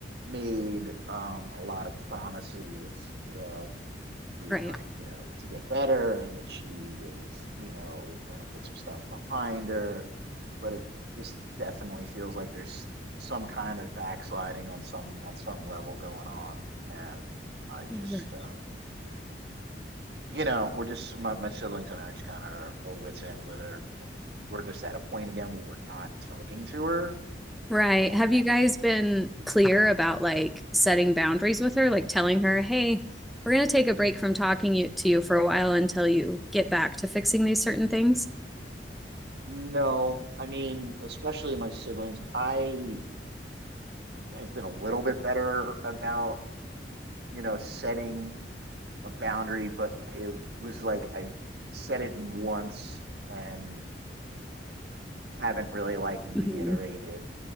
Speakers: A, on the right; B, in the centre.
A: made um, a lot of promises that she was
B: Right.
A: going, you know, to get better and that she was, you know, going to put some stuff behind her. But it just definitely feels like there's some kind of backsliding on some on some level going on, and I just
B: Mhm.
A: um, you know, we're just my, my siblings and I are just kind of our whole wits end with her, and we're just at a point again where we're not talking to her.
B: Right.
A: And
B: Have you guys been clear about like setting boundaries with her, like telling her, "Hey, we're going to take a break from talking you, to you for a while until you get back to fixing these certain things?"
A: no, I mean, especially my siblings, I have been a little bit better about you know setting a boundary, but it was like I said it once and haven't really like reiterated.
B: Mhm.